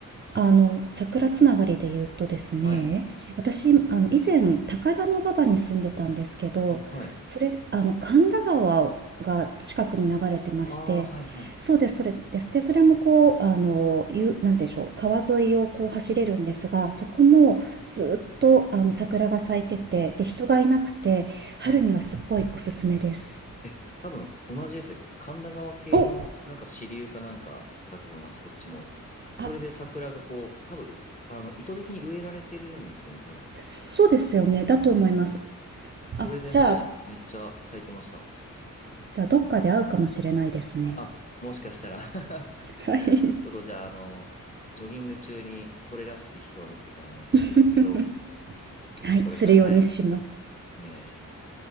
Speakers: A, on the right; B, on the left.
A: あの、桜つながりで言うとですね、
B: はい。
A: 私、あの、以前、高田馬場に住んでたんですけど、
B: あ、はい。
A: それ、あの、神田川が近くに流れてまして、
B: ああ、はいはい。
A: そうです、それです。で、それもこう、あの、ゆ、なんでしょう、川沿いをこう走れるんですが、そこもずっと、あの、桜が咲いてて、
B: あ、
A: で、人がいなくて、春にはすっごいおすすめです。
B: はい。え、多分同じですね。神田川系のなんか支流かなんかだと思います、
A: お、
B: こっちも。それで桜がこう、
A: あ、
B: 多分、あの、意図的に植えられてるんですよね、多分。
A: そうですよね。だと思います。
B: うん。それで、
A: あ、じゃあ、
B: はい、めっちゃ咲いてました。
A: じゃあ、どっかで会うかもしれないですね。
B: あ、もしかしたら <laughs> ち
A: はい。
B: ょっとじゃあ、あの、ジョギング中にそれらしき人を見つけたら、あの、一別を
A: <laughs> はい、
B: これから、
A: するようにします。
B: はい、くだ、お願いします。